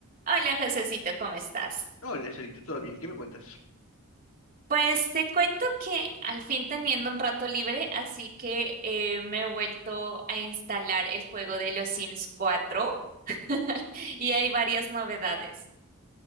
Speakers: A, on the right; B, on the left.
A: Hola, Josecito, ¿cómo estás?
B: No, el Estherito, todo bien, ¿qué me cuentas?
A: Pues te cuento que al fin teniendo un rato libre, así que eh, me he vuelto a instalar el juego de los Sims cuatro <laughs> y hay varias novedades.